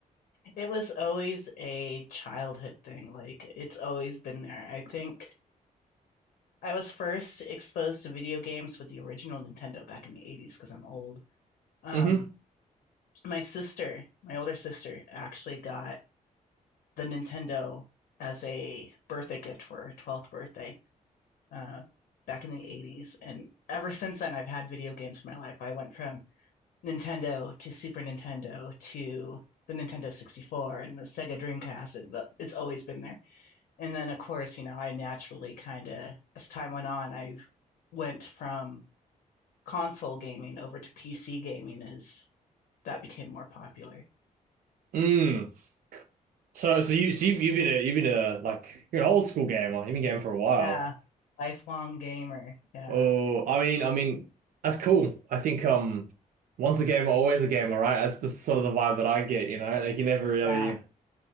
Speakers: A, on the left; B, on the right.
A: It was always a childhood thing. Like, it's always been there. I think I was first exposed to video games with the original Nintendo back in the 80s because I'm old. Um,
B: Mm-hmm.
A: my sister, my older sister, actually got the Nintendo as a birthday gift for her 12th birthday uh, back in the 80s. And ever since then, I've had video games in my life. I went from Nintendo to Super Nintendo to the Nintendo 64 and the Sega Dreamcast. It, the, it's always been there. And then, of course, you know, I naturally kind of, as time went on, I went from console gaming over to PC gaming as that became more popular.
B: Mm. So, so you, so you, you've been a, you've been a like you're an old school gamer. You've been gaming for a while.
A: Yeah. Lifelong gamer. Yeah.
B: Oh, I mean, I mean, that's cool. I think um, once a gamer, always a gamer, right? That's the sort of the vibe that I get. You know, like you never really.
A: Yeah.